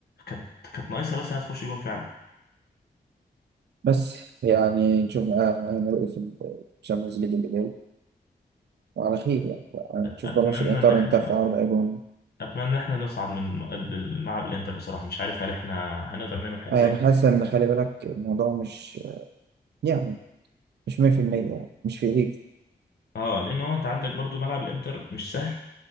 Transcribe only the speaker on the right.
بس يعني نشوف آه، هيعملوا ايه في الشامبيونز ليج اللي جاي وعلى خير يعني يعني نشوف
بقى ماتش الانتر
انت في عرض ايبون
انا
حاسس ان خلي بالك الموضوع مش يعني مش 100% يعني مش في ايديك